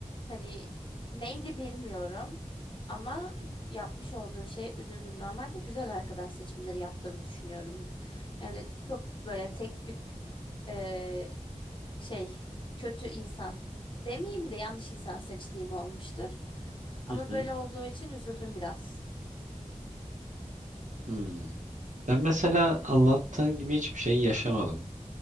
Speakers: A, on the left; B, on the right.
A: hani neydi bilmiyorum ama
B: Hı hı.
A: yapmış olduğu şey üzüldüm. Normalde güzel arkadaş seçimleri yaptığımı düşünüyorum. Yani çok böyle tek tük eee, şey kötü insan demeyeyim de yanlış insan seçtiğim olmuştur. Ama
B: Hı hı.
A: böyle olduğu için üzüldüm biraz.
B: Hmm. Ben mesela anlattığın gibi hiçbir şey yaşamadım.